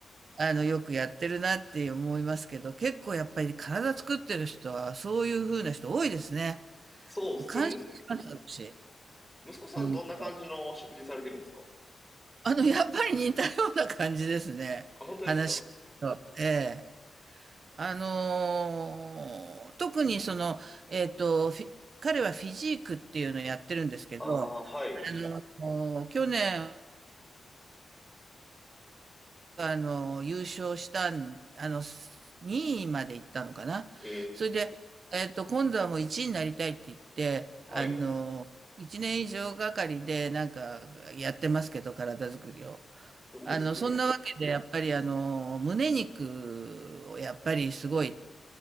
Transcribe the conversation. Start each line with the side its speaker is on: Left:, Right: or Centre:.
Right: あの、よくやってるなって思いますけど、結構やっぱり体作ってる人は、そういう風な人多いですね。
Centre: そうですね。
Right: もう感心します、
Centre: むす、
Right: 私。
Centre: 息子さんどんな感じの食事されてるんですか
Right: 本当あの、やっぱり似たような感じですね。
Centre: あ、本当ですか
Right: 話聞くと。ええ。あのー特にその、えっと、フィ彼はフィジークっていうのをやってるんですけど、
Centre: ああ、はい。
Right: もう去年、あの、優勝したん、あの、2位まで行ったのかな。
Centre: えー、
Right: それで、えっと、今度はもう1位になりたいって言って、
Centre: はい。
Right: あの、1年以上がかりでなんかやってますけど、体作りを。
Centre: すごいですね。
Right: あの、そんなわけで、やっぱりあの、胸肉をやっぱりすごい